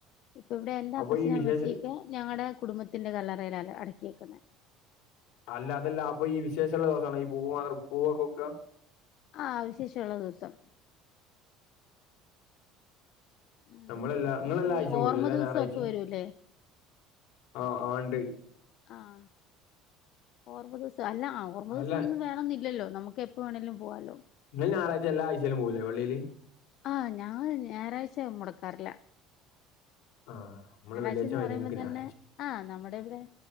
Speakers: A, on the left; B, on the left.
A: ഇപ്പ ഇവിടെ എന്റെ
B: അപ്പൊ
A: അപ്പച്ചനെ
B: ഈ വിശേഷ
A: അമ്മച്ചിയൊക്കെ ഞങ്ങടെ കുടുംബത്തിന്റെ കല്ലറയിലാ ല്ല അടക്കിയേക്കുന്നെ.
B: അല്ല അതല്ല. അപ്പൊ ഈ വിശേഷള്ള ദിവസാണൊ ഈ പൂവും അതർ പൂവൊക്കെ വെക്കാ?
A: ആഹ് വിശേഷവുള്ള ദിവസം. ഉം
B: നമ്മളെല്ലാ
A: വിശേഷം
B: ഇങ്ങളെല്ലാ ആഴ്ച്ചയും
A: ഈ
B: പോവൂല്ലേ?
A: ഓർമ്മ
B: എല്ലാ
A: ദിവസൊക്കെ
B: ഞായറാഴ്ചയും
A: വരൂല്ലേ
B: ആഹ് ആഹ് ഇണ്ട്
A: ആഹ് ഓർമ്മ ദിവസം അല്ല ആ ഓർമ്മ ദിവസൊന്നും
B: അല്ല
A: വേണന്നില്ലല്ലോ നമ്മക്ക് എപ്പോ വേണേലും പോകാലോ
B: ഇങ്ങള് ഞായറാഴ്ച എല്ലാ ആഴ്ചയിലും പോവൂല്ലേ പള്ളിയില്?
A: ആഹ് ഞാൻ ഞായറാഴ്ചെ മൊടക്കാറില്ല
B: ആഹ് നമ്മള്
A: ഞാറാഴ്ച്ചാന്ന്
B: വെള്ളിയാഴ്ച മാതിരി
A: പറയുമ്പോ
B: നിങ്ങൾക്ക്
A: തന്നെ
B: ഞായറാഴ്ച
A: ആഹ് നമ്മുടെ ഇവിടെ